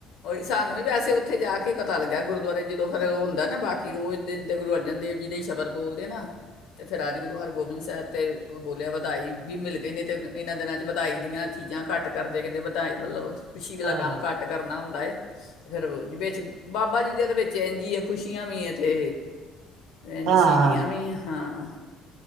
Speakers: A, on the left (about 75°); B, on the right (about 80°).
A: ਉਹ ਸਾਨੂੰ ਵੀ ਵੈਸੇ ਉੱਥੇ ਜਾ ਕੇ ਹੀ ਪਤਾ ਲੱਗਿਆ ਗੁਰਦੁਆਰੇ ਜਦੋਂ ਫਿਰ ਉਹ ਹੁੰਦਾ ਨਾ ਬਾਕੀ ਉਹ ਦਿਨ ਤੇ ਗੁਰੂ ਅਰਜਨ ਦੇਵ ਜੀ ਦਾ ਹੀ ਸ਼ਬਦ ਬੋਲਦੇ ਨਾ ਤੇ ਫਿਰ ਅੱਜ ਗੁਰੂ ਹਰਗੋਬਿੰਦ ਸਾਹਿਬ ਤੇ ਬੋਲਿਆ ਵਧਾਈ ਵੀ ਮਿਲ ਗਈ ਨੇ ਤੇ ਇਹਨਾਂ ਦਿਨਾਂ ਤੇ ਵਧਾਈ ਦੀਆਂ
B: ਅੱਛਾ
A: ਚੀਜ਼ਾਂ ਘੱਟ ਕਰਦੇ ਕਹਿੰਦੇ ਵਧਾਈ ਮਤਲਬ ਖੁਸ਼ੀ ਆਲਾ
B: ਹਾਂ
A: ਕੰਮ ਘੱਟ ਕਰਨਾ ਹੁੰਦਾ ਏ। ਫਿਰ ਵਿੱਚ ਬਾਬਾ ਜੀ ਦੀਆਂ ਤੇ ਵਿੱਚ ਇੰਝ ਈ ਐ ਖੁਸ਼ੀਆਂ ਵੀ ਹੈ ਤੇ ਇੰਝ
B: ਹਾਂ
A: ਸ਼ਹੀਦੀਆਂ ਵੀ ਆ ਹਾਂ।